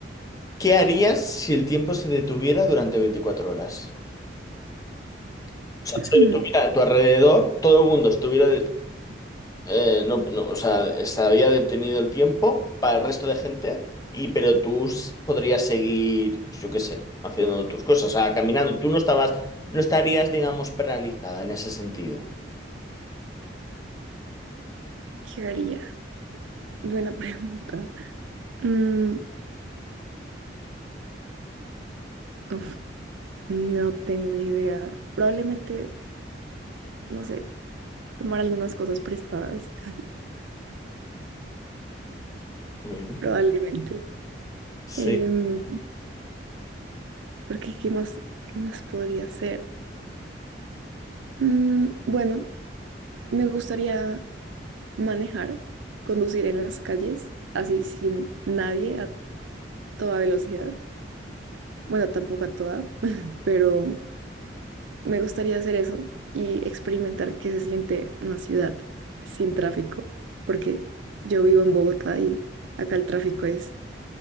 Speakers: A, on the left (about 20°); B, on the right (about 80°).
A: ¿Qué harías si el tiempo se detuviera durante 24 horas? O sea, se
B: Mm,
A: detuviera a tu alrededor, todo el mundo estuviera Eh, no, no, o sea, estaría detenido el tiempo para el resto de gente, y pero tú s- podrías seguir, pues yo qué sé, haciendo tus cosas, o sea, caminando. Tú no estabas, no estarías, digamos, paralizada en ese sentido.
B: ¿Qué haría? Buena pregunta. Mm, uf, no tengo idea. Probablemente, no sé, tomar algunas cosas prestadas. <laughs>
A: Bueno,
B: Probablemente.
A: sí,
B: Em, porque ¿qué más, qué más podría hacer? Mm, bueno, me gustaría manejar, conducir en las calles, así sin nadie, a toda velocidad. Bueno, tampoco a toda, pero Me gustaría hacer eso y experimentar qué se siente una ciudad sin tráfico, porque yo vivo en Bogotá y acá el tráfico es